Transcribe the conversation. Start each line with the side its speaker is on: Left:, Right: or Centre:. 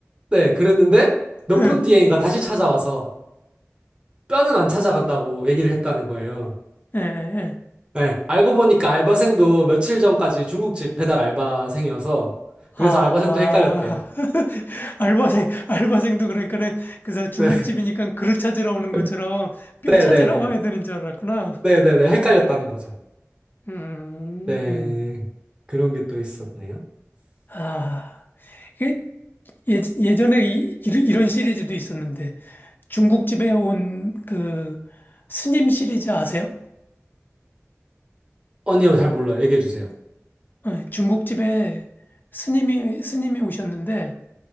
Right: 네, 그랬는데 몇
Left: 예,
Right: 분 뒤엔가 다시 찾아와서 뼈는 안 찾아간다고 얘기를 했다는 거예요.
Left: 예, 예.
Right: 네, 알고 보니까 알바생도 며칠 전까지 중국집 배달 알바생이어서 그래서
Left: 아,
Right: 알바생도 헷갈렸대요.
Left: <laughs> 알바생, 알바생도 그러니까는 그 사람 중국집이니까
Right: 네,
Left: 그릇 찾으러 오는 것처럼
Right: <laughs>
Left: 뼈
Right: 네네네.
Left: 찾으러 와야 되는 줄 알았구나.
Right: 네네네. 헷갈렸다는 거죠.
Left: 음,
Right: 네, 그런 게 또 있었네요.
Left: 아, 이게 예, 예전에 이, 이런 이런 시리즈도 있었는데 중국집에 온 그 스님 시리즈 아세요?
Right: 아니요, 잘 몰라요. 얘기해 주세요.
Left: 어, 중국집에 스님이, 스님이 오셨는데